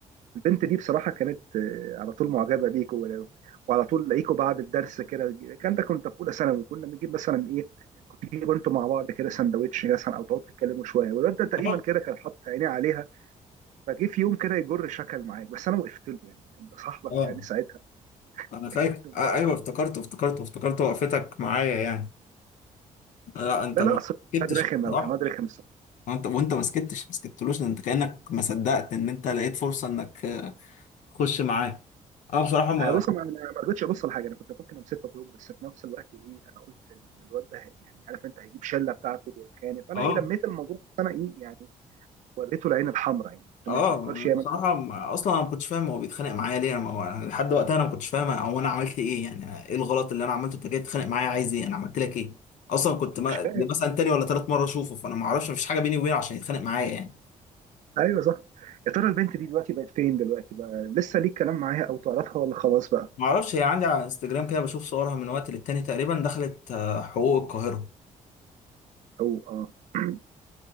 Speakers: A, on the right; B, on the left.
A: البنت دي بصراحه كانت آه، على طول معجبه بيك و- وعلى طول لاقيكوا بعد الدرس كده كان ده كنت في اولى ثانوي كنا بنجيب مثلا ايه كنت تجيبوا انتوا مع بعض كده سندوتش مثلا او تقعدوا تتكلموا شويه والواد ده تقريبا
B: اه
A: كده كان حاطط عينيه عليها فجه في يوم كده يجر شكل معاك بس انا وقفت له يعني كان صاحبك
B: اه
A: يعني ساعتها
B: انا
A: وقفت
B: فاكر
A: له
B: آه ايوه افتكرته افتكرته افتكرته وقفتك معايا يعني لا انت
A: لا
B: ما
A: لا اصل
B: سكتش
A: واد رخم
B: بصراحه
A: او كان واد رخم الصراحه
B: وانت وانت ما سكتش ما سكتلوش ده انت كانك ما صدقت ان انت لقيت فرصه انك آه، تخش معاه انا بصراحه ما
A: أنا بص انا أنا ما رضيتش ابص لحاجه انا كنت ممكن امسكه واضربه بس في نفس الوقت ايه انا قلت ال- الواد ده هي- يعني عارف انت هيجيب شله بتاعته ويتخانق فانا
B: اه
A: ايه لميت الموضوع بس انا ايه يعني وريته العين الحمراء يعني بس
B: اه
A: ما يفكرش
B: انا
A: يعمل
B: بصراحه ما... اصلا انا ما كنتش فاهم هو بيتخانق معايا ليه انا ما... هو أنا لحد وقتها انا ما كنتش فاهم هو انا عملت ايه يعني ايه الغلط اللي انا عملته انت جاي تتخانق معايا عايز ايه انا عملت لك ايه اصلا كنت ما...
A: مش
B: دي
A: فاهم
B: مثلا تاني ولا تالت مره اشوفه فانا ما اعرفش مفيش حاجه بيني وبينه عشان يتخانق معايا يعني
A: ايوه صح يا ترى البنت دي دلوقتي بقت فين دلوقتي بقى لسه ليك كلام معاها او تعرفها ولا خلاص بقى
B: ما اعرفش هي عندي على انستجرام كده بشوف صورها من وقت للتاني تقريبا دخلت آه، حقوق القاهرة
A: او اه <clears throat>